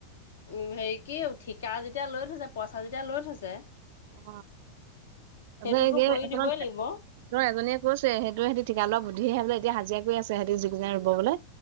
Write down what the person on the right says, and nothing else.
অ,। তপছত
<unintelligible>
এজনীয়ে কৈছে সেইটো সিহতি ঠিকা লোৱা বুদ্ধি হে বোলে এতিয়া হাজিৰা আছে সিহঁতি যিকেইটা ৰুব বুলে,